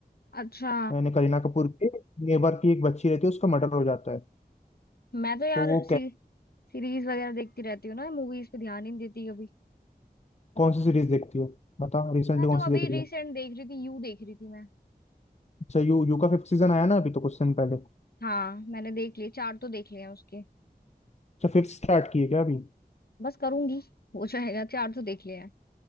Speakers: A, on the left; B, on the left.
A: अच्छा
B: यानी करीना कपूर के नेबर की एक बच्ची रहती है उसका मर्डर हो जाता है
A: मैं तो यार
B: तो वो
A: सी,
B: कै,
A: सीरीज वगैरह देखती रहती हूँ ना मूवीज पे ध्यान ही नहीं देती कभी
B: कौन सी सीरीज देखती है बता रिसेंटली
A: मैं
B: कौन
A: तो अभी
B: सी देख
A: रिसेंट
B: रही है
A: देख रही थी यू देख रही थी मैं
B: अच्छा यू यू का फिफ्थ सीजन आया ना अभी तो कुछ दिन पहले
A: हाँ मैंने देख लिए चार तो देख लिए हैं उसके
B: अच्छा फिफ्थ स्टार्ट की है क्या अभी
A: बस करूंगी हो जाएगा चार तो देख लिए हैं